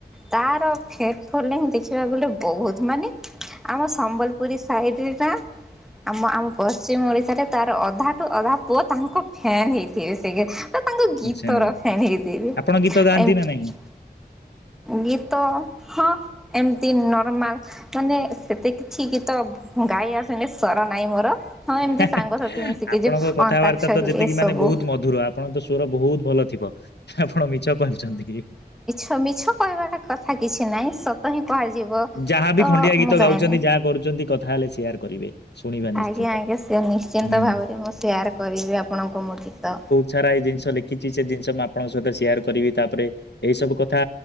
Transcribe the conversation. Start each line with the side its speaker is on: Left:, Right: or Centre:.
Centre: ତାର ଫେକ ଫୋଲିଙ୍ଗ ଦେଖିବାକୁ ଗଲେ ବହୁତ। ମାନେ ଆମ ସମ୍ବଲପୁରୀ ସାଇଡରେ ନା ଆମ ଆମ। ପଶ୍ଚିମ ଓଡିଶାରେ ତାର ଅଧାଠୁ ଅଧା ପୁଅ ତାଙ୍କ ଫ୍ୟାନ ହେଇଥିବେ ସେ। ତ ତାଙ୍କ ଗୀତ
Left: ଆଚ୍ଛା
Centre: ର ଫ୍ୟାନ ହେଇଥିବି
Left: ଆପଣ ଗୀତ ଗାଆନ୍ତି
Centre: ଏମ।
Left: ନା ନାହିଁ?
Centre: ଗୀତ ହଁ, ଏମତି ନର୍ମାଲ। ମାନେ ସେତେ କିଛି ଗିତ ଗାଈ ଆସେନି ସ୍ୱର ନାହିଁ ମୋର। ହଁ ଏମିତି
Left: ହା ହା
Centre: ସାଙ୍ଗସାଥି ମିଶିକି
Left: ଆପଣଙ୍କ
Centre: ଯୋଉ
Left: କଥାବାର୍ତ୍ତା
Centre: ଅନ୍ତାକ୍ଷରୀ
Left: ତ ଯେତିକି
Centre: ଏସବୁ
Left: ମାନେ ବହୁତ ମଧୁର ଆପଣଙ୍କ ତ ସ୍ୱର ବହୁତ ଭଲ ଥିବ। ଆପଣ ମିଛ କହୁଛନ୍ତି କି?
Centre: ତ ମିଛ କହିବାର କଥା କିଛି ନାହିଁ। ସତ୍ ତ ହିଁ କୁହାଯିବ।
Left: ଯାହାବି
Centre: ତ
Left: ଖଣ୍ଡିଆ ଗୀତ
Centre: ମୁଁ ଗାଏନି।
Left: ଗାଉଛନ୍ତି, ଯାହା କରୁଛନ୍ତି, କଥା ହେଲେ ସେୟାର କରିବେ। ଶୁଣିବା
Centre: ଆଜ୍ଞା
Left: ନିଶ୍ଚିନ୍ତ
Centre: ଆଜ୍ଞା ସିଅର ନିଶ୍ଚିନ୍ତ
Left: ହୁଁ।
Centre: ଭାବରେ ମୁଁ ସେୟାର କରିବି ଆପଣଙ୍କୁ ମୋ ଗୀତ।
Left: ଛାଡା ଏଇ ଜିନିଷ ଲେଖିଛି ସେ ଜିନିଷ ମୁଁ ଆପଣଙ୍କ ସହିତ ସିୟାର କରିବି ତାପରେ ଏଇ ସବୁ କଥା